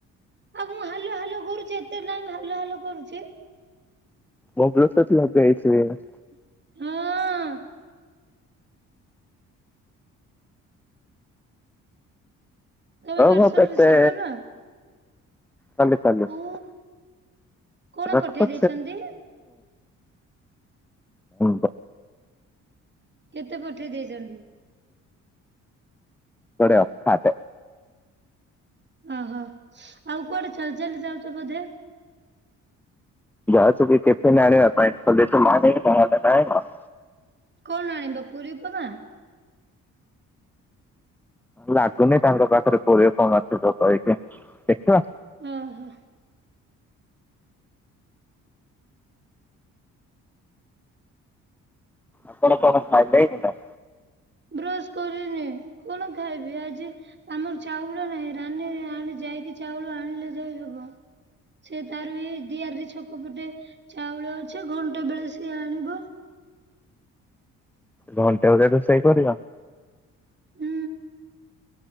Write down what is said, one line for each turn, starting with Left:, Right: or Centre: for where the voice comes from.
Right: ଆଉ ମୁଁ ହାଲୋ ହାଲୋ କରୁଚି। ଏତେ ଟାଇମ ହାଲୋ ହାଲୋ କରୁଚି।
Centre: ମୁଁ ବ୍ଲୁଟୁଥ ଲଗେଇଚି ଏଇନା।
Right: ହଁ। ତମେ
Centre: ଓହୋ
Right: ପାର୍ସଲ
Centre: କେଟେ।
Right: ରିସିଭ କଲ
Centre: <unintelligible>
Right: ଓ କଣ
Centre: ନାଇଁ
Right: ପଠେଇ ଦେଇଛନ୍ତି
Centre: ବ
Right: କେତେ ପଠେଇ ଦେଇଛନ୍ତି?
Centre: ବଢିଆ ଅଖାତେ।
Right: ଓହୋ ଆଉ କୁଆଡେ ଚାଲି ଚାଲି ଯାଉଚ ବୋଧେ?
Centre: ଯାଉଚି କି ଟିଫିନ ଆଣିବା ପାଇଁ। <unintelligible>
Right: କଣ ଅଣିବ ପୁରୀ ଉପମା।
Centre: ଲାଗୁନି ତାଙ୍କ ପାଖରେ ପୁରୀ ଉପମା ଥିବା କହିକି ଦେଖିବା।
Right: ଉଁ ହୁଁ।
Centre: ଆପଣ କଣ ଖାଇଲେଣିନା।
Right: ବ୍ରଶ କରିନି କଣ ଖାଇବି ଆଜି ଆମର ଚାଉଳ ନାହିଁ। ରାନି ଆଣି ଯାଇ ଯାଇକି ଚାଉଳ ଆଣିଲେ ଯାଇ ହବ। ସିଏ ତାର ଏଇ ଦିଆରବି ଛକ ପଟେ ଚାଉଳ ଅଛି। ଘଣ୍ଟା ବେଳେ ସିଏ ଆଣିବ।
Centre: ଘଣ୍ଟେ ପରେ ରୋଷେଇ କରିବ।
Right: ହୁଁ।